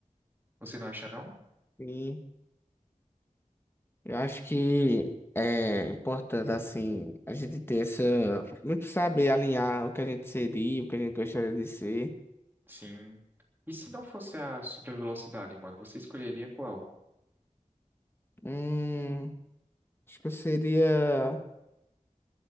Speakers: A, on the right; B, on the left.
A: Você não acha, não?
B: Sim. Eu acho que é importante, assim, a gente ter essa. Muito saber alinhar o que a gente seria, o que a gente gostaria de ser.
A: Sim. E se não fosse a super velocidade, mano, você escolheria qual?
B: Hum, acho que eu seria.